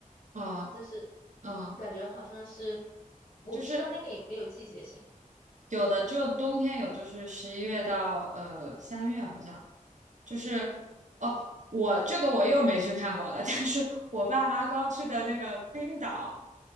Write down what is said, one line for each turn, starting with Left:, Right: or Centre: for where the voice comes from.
Right: 嗯
Left: 但是
Right: 嗯，
Left: 感觉好像是我不知道那个有没有季节性
Right: 就是有的只有冬天有，就是十一月到呃三月好像，就是哦，我这个我又没去看过了，<laughs> 但是我爸妈刚去的那个冰岛，